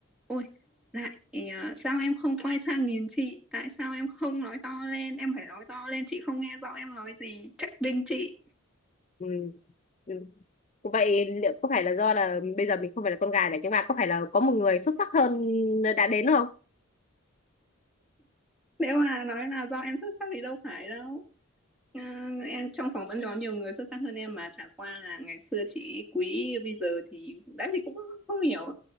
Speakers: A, in the centre; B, on the left.
A: Ôi, lại ờ, sao em không quay sang nhìn chị? Tại sao em không nói to lên? Em phải nói to lên, chị không nghe rõ em nói gì. Trách đinh chị.
B: Ừ. Ừ. Vậy liệu có phải là do là bây giờ mình không phải là con gà để chúng ta có phải là có một người xuất sắc hơn đã đến không?
A: Nếu mà nói là do em xuất sắc thì đâu phải đâu. Ờ, em trong phỏng vấn có nhiều người xuất sắc hơn em mà chả qua là ngày xưa chị quý bây giờ thì đấy thì cũng không hiểu